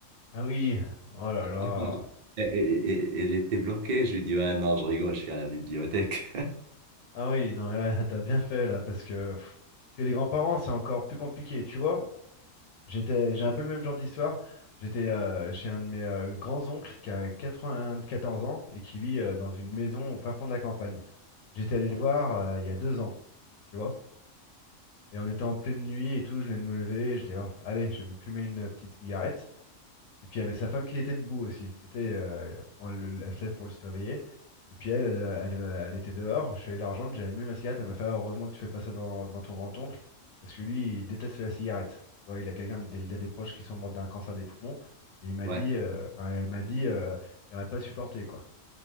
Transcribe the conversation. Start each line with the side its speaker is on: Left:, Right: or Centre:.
Left: Ah oui, oh là
Right: <laughs>
Left: là.
Right: Et- et- et- Elle était bloquée. Je lui dis, «Ouais, non, je rigole, je suis à la bibliothèque.»
Left: Ah oui, non, ouais, <laughs> t'as bien fait là, parce que, pff, que les grands-parents, c'est encore plus compliqué, tu vois. J'étais, j'ai un peu le même genre d'histoire. J'étais euh, chez un de mes euh, grands-oncles qui a 94 ans et qui vit euh, dans une maison au fin fond de la campagne. J'étais allé
Right: <laughs>
Left: le voir euh, il y a deux ans, tu vois. Et on était en pleine nuit et tout, je venais de me lever, j'étais, oh, allez, je vais me fumer une petite cigarette. Et puis il y avait sa femme qui était debout aussi. parce que, tu sais, euh, bon, elle, le- elle se lève pour le surveiller. Et puis elle, elle, elle, elle était dehors. Je suis allé la rejoindre, j'ai allumé ma cigarette. Elle m'a fait Ah, heureusement que tu fais pas ça devant, devant ton grand-oncle. Parce que lui, il déteste la cigarette. Tu vois, il a quelqu'un, des- il a des proches qui sont morts d'un cancer des poumons. Et il m'a
Right: Ouais,
Left: dit, euh, enfin, elle m'a dit, euh, il n'aurait pas supporté, quoi.